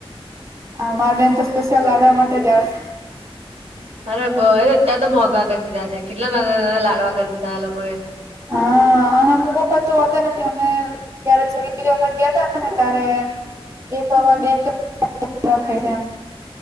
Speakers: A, on the right (about 30°); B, on the right (about 90°).
A: આ માર બેન તો સ્પેશિયલ લાડવા માટે જ આવે.
B: અરે બહુ અત્યારે તો મોંઘા કરી દીધા છે કેટલા નાના નાના લાડવા કરી દીધા આ લોકોએ
A: હા અને અમુક વખત તો હોતા નથી અમે. જયારે છેલ્લી વખત ગ્યાતા ને ત્યારે એ તો અમારી બેન તો <unintelligible>